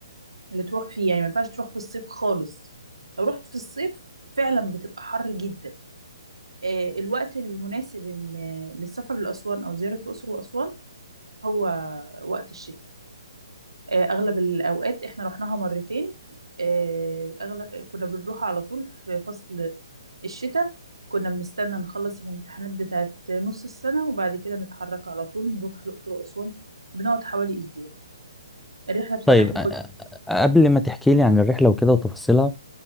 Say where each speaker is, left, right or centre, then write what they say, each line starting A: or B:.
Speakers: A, on the right; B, in the centre.
A: اللي تروح فيه يعني ما ينفعش تروح في الصيف خالص لو رحت في الصيف فعلا بتبقى حر جدا آه، الوقت المناسب إن- آه، للسفر لأسوان أو زيارة الأقصر وأسوان هو وقت الشتاء آه، اغلب الاوقات احنا رحناها مرتين آه، اغلب كنا بنروح على طول في فصل الشتاء كنا بنستنى نخلص الامتحانات بتاعت نص السنة وبعد كده نتحرك على طول نروح الأقصر وأسوان بنقعد حوالي أسبوع الرحلة بتبقى
B: طيب
A: حلوة
B: أ- أ-
A: جدا
B: قبل ما تحكي لي عن الرحلة وكده وتفاصيلها